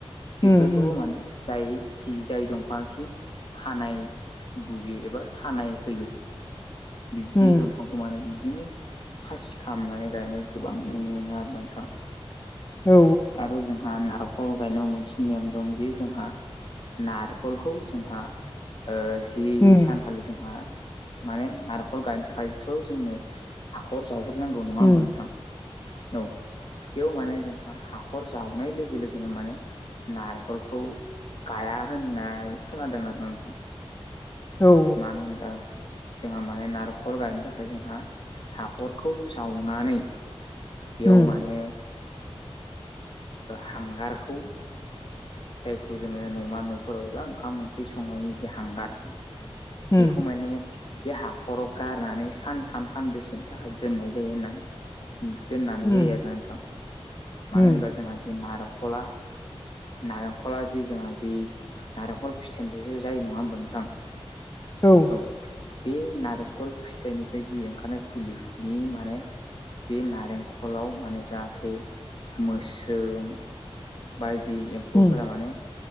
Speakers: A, on the left (about 55°); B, on the left (about 30°).
A: बेफोरखौबो
B: उम उम
A: मानो जाय खि जाय दंफांआ खि थानाय बुयो एबा थानाय होयो बिब्दि
B: उम
A: दंफांखौ मा होनो बिबदिनो खासि खालामनानै गायनाय गोबां नुनो मोनो आरो नोंथां।
B: औ
A: आरो जोंहा नारेंख खल गायनायाव मोनसे नेम दं जे जोंहा नारेखलखौ जोंहा ओ जि
B: उम
A: सानखालि जोंहा माने नारेखल गायनो थाखायथ' जोंनो हाखर जावग्रोनांगौ नङा
B: उम
A: होमबा नोंथां औ। बेयाव माने जोंहा हाखर जावनाय लोगो लोगोनो माने नारेखलखौ गाया होननाय खोनादों आरोना नोंथां।
B: औ
A: मानो होनबा जोंहा माने नारेखल गायनो थाखाय जोंहा हाखरखौ जावनानै बेयाव
B: उम
A: माने हांगारखौ जायखौ जोङो न'मा न'फोराव एबा ओंखाम ओंख्रि संनायनि जे हांगार
B: उम
A: बेखौ माने बे हाखराव गारनानै सानथाम सानदैसेनि थाखाय दोननाय जायो होननानै। दोननानै
B: उम
A: जायो आरोना नोंथां मानो
B: उम
A: होनबा जोंहा जि नारेखला नारेंखला जि जोंहा जि नारेंखल फिथाइनिफ्रायसो जायो नङा होमबा नोंथां? <inaudible>
B: औ
A: औ बे नारेंखल फिथाइनिफ्राय जि ओंखारनाय फुलि बे माने बे नारेंखलाव माने जाहाथे मोस्रोम बायदि एम एम्फौफोरा
B: उम
A: माने